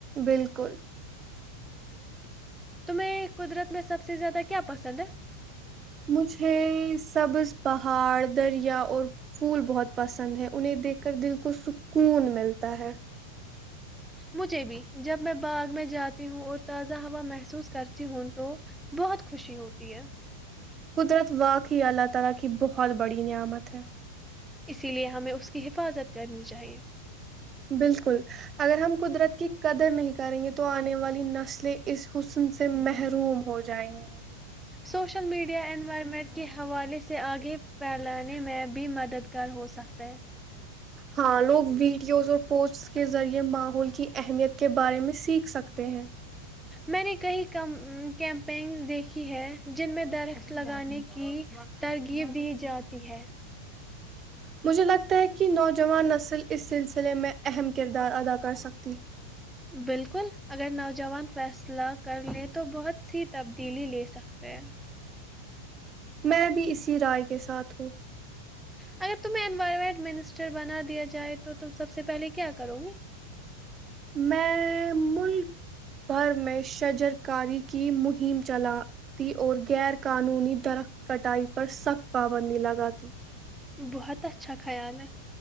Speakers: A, on the right; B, in the centre.
A: بالکل
B: تمہیں قدرت میں سب سے زیادہ کیا پسند ہے
A: مجھے سبز پہاڑ دریا اور پھول بہت پسند ہے انہیں دیکھ کر دل کو سکون ملتا ہے
B: مجھے بھی جب میں باغ میں جاتی ہوں اور تازہ ہوا محسوس کرتی ہوں تو بہت خوشی ہوتی ہے
A: قدرت وااک ہی اللہ تعا لا کی بہت بڑی نعمت ہے
B: اسی لیے ہمیں اس کی حفاظت کرنی چاہیے
A: بالکل اگر ہم قدرت کی قدر نہیں کریں گے تو آنے والی نسلیں اس حسن سے محروم ہو جائیں گی
B: سوشل میڈیا اینڈوائ ہیمٹ کے حوالے سے آگے پھیلانے میں بھی مددگار ہو سکتا ہے
A: ہاں لوگ ویڈیوز اور پوسٹس کے ذریعے ماحول کی اہمیت کے بارے میں سیکھ سکتے ہیں
B: میں نے کئیم کیمپینگز دیکھی ہے جن میں درخت لگانے کی ترغیب دی جاتی ہے
A: مجھے لگتا ہے کہ نوجوان نسل اس سلسلے میں اہم کردار ادا کر سکتا
B: بالکل اگر نو جوان فیصلہ کر لیں تو بہت سی تبدیلی لے سکتے ہیں
A: میں بھی اسی رائے کے ساتھ ہوں
B: اگر تمہیں انوائرمنٹ منسٹر بنا دیا جائے تو تم سب سے پہلے کیا کرو گی
A: میں ملک بھر میں شجر کاری کی مہم چلاتی اور غیر قانونی درخت کٹائی پر سخت پابندی لگاتی
B: بہت اچھا خیال ہے